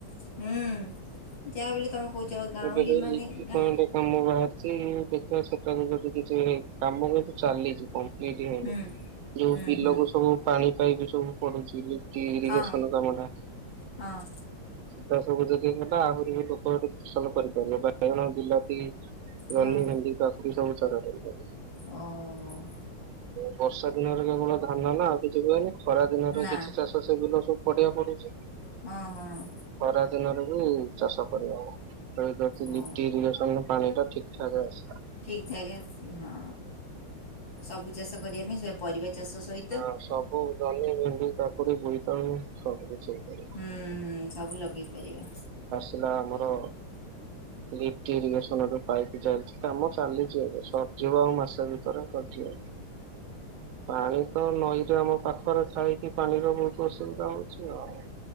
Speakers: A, on the left; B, on the right.
A: ହୁଁ ଯାହା ବୋଲି ତମେ କହୁଛ ଗାଉଁଲି
B: ଏବେ ସବୁ
A: ମାନେ
B: ଲିଫ୍ଟ୍ <unintelligible>
A: ଗାଁ
B: କାମ ବାହାରିଛି <unintelligible> ଦେଖିବା ସେଠାରୁ ଯଦି କିଛି କାମ କିନ୍ତୁ ଚାଲିଛି କଂପ୍ଲିଟ ହେଇନି
A: ହୁଁ
B: ଯୋଉ
A: ହୁଁ
B: ବିଲକୁ
A: ହୁଁ
B: ସବୁ ପାଣି ପାଇପିଇ ସବୁ ପଡୁଛିଇ ଇରିଗେସନ
A: ହଁ
B: କାମ ଟା
A: ହଁ
B: ସେ ତା ସବୁ ଯଦି ନେବା ଆହୁରି ବି ଲୋକ ହେଟି ଫସଲ କରିପାରିବେ ବାଇଗଣ ବିଲାତି ଜହ୍ନି
A: ହଁ
B: ଭେଣ୍ଡି କାକୁଡି ସବୁ ଚାଷ କରିଥାଏ
A: ଓ। <inaudible>
B: ବର୍ଷା ଦିନରେ କେବଳ ଧାନ ନା ଆଉ କିଛି ହୁଏନି, ଖରା ଦିନରେ
A: ନା
B: କିଛି ଚାଷ ସେ ବିଲ ସବୁ ପଡଆ ପଡୁଛି।
A: ହଁ ହଁ।
B: ଖରା ଦିନରେ ବି ଚାଷ କରିହବ। <unintelligible> ପାଣି
A: ଓ
B: ଟା ଠିକ ଠାକ ଆସିଲା।
A: ଠିକ ଠାକ ଆସି ହଁ ସବୁ ଚାଷ କରିବା ପାଇଁ ସେ ପରିବା ଚାଷ ସହି
B: ହଁ ସବୁ ଜନ୍ହୀ ଭେଣ୍ଡି କାକୁଡି ବୋଇତାଳୁ ସବୁ କିଛି ହେଇ ପାରିବ।
A: ହୁଁ, ହୁଁ, ସବୁ ଲଗେଇ ପାରିବା।
B: ଥିଲା ଆମର ଲିଫ୍ଟ ଇରିଗେସନ୍ ର ପାଇପି ଚାଲିଛି କାମ ଚାଲିଛି ଏବେ, ସ ଯିବ ଆଉ ମାସେ ଭିତରେ ସରିଜିବ, ପାଣି ତ ନଈରେ ଆମ ପାଖରେ ଥାଇକି ପାଣିର ବହୁତ ଅସୁବିଧା ହଉଛି ଆଉ।